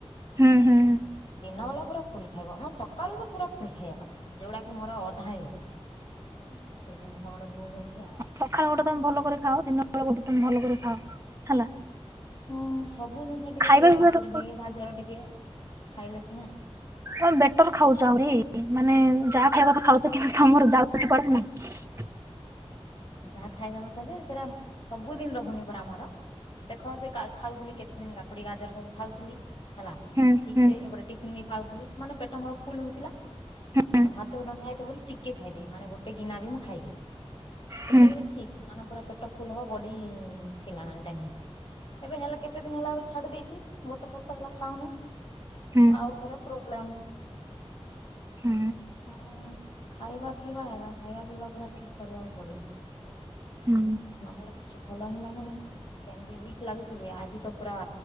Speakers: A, on the right; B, on the left.
A: ହୁଁ ହୁଁ ହୁଁ
B: ଦିନ ବାଳା ପୁରା ଫୁଲ ଖାଇବ ଆମ ସକାଳୁ ତ ପୁରା ଫୁଲ ଖାଇବା କଥା ଯେଉଁଟାକି ମୋର ଅଧା ହେଇଯାଉଛି। ସେ ଜିନିଷ ଗୋଟେ ଭୁଲ ହଉଛି ଆଉ।
A: ସକାଳୁ ଗୋଟେ ତମେ ଭଲ କରି ଖାଅ ଦିନ ବଳେ ଗୋଟେ ତମେ ଭଲ କରି ଖାଅ ହେଲା।
B: ହଁ ସବୁ ଜିନିଷ ଟିକେ
A: ଖାଇବା
B: ଟିକେ
A: ପିଇବା
B: କାକୁଡି ଟିକେ ଗାଜର ଟିକେ ଖାଇଲେ ସିନା।
A: ଆ ବେଟର ଖାଉଛ ଆହୁରି। ମାନେ ଯାହା ଖାଇବା କଥା ଖାଉଛ କି ତମର ଯାଉ କିଛି <inaudible>
B: ଯାହା ଖାଇବା କଥା ଯେ ସେରା ସବୁଦିନ ରହୁନି ପରା ଆମର ଦେଖ ସେ ଖାଉଥିଲି କେତେ ଦିନ କାକୁଡି ଗାଜର ସବୁ ଖାଉଥିଲି। ହେଲା
A: ହୁଁ
B: ଠିକ ସେ ଏପଟେ ଟିଫନ୍ ବି ଖାଉଥିଲି ମାନେ ପେଟ ମୋର ଫୁଲ ହଉଥିଲା।
A: ହୁଁ
B: ଆଉ ଭାତ ବି <inaudible> ହେଇଥିବ ବୋଲି ଟିକେ ଖାଇଦେବି ମାନେ ଗୋଟେ ଗନା ବି ମୁଁ ଖାଇବି। ସେତିକିରେ
A: ହୁଁ
B: ଠିକ ମାନେ ପୁରା ପେଟ ଫୁଲ ହବ ବଡି ଥିଲା ମେଣ୍ଟେନ ହେଇକି। ଏବେ ହେଲେ କେତେ ଦିନ ହେଲା ଏବେ ଛାଡି ଦେଇଛି ଗୋଟେ ସପ୍ତାହ ହେଲା ଖାଉନି।
A: ହୁଁ
B: ଆଉ ଥରେ ପ୍ରୋବ୍ଲେମ୍।
A: ହୁଁ
B: ହଁ ଖାଇବା ପିଇବା ହେଳା ଖାଇବା ପିଇବା ପୁରା ଠିକ୍ କରିବାକୁ ପଡିବ।
A: ହୁଁ
B: ନହେଲେ କିଛି ଭଲ ହିଁ ନାଗୁନି। କେମତି ୱିକ ଲାଗୁଛି ଯେ ଆଜି ତ ପୁରା